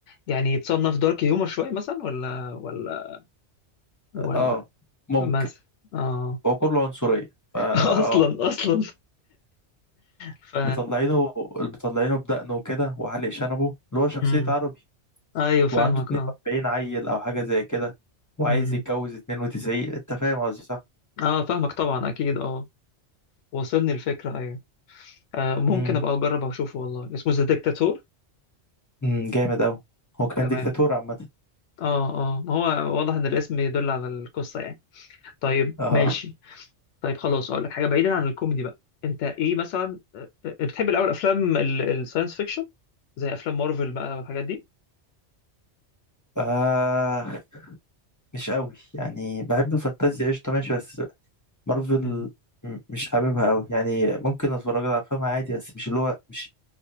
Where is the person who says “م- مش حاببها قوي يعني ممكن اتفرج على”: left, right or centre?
Left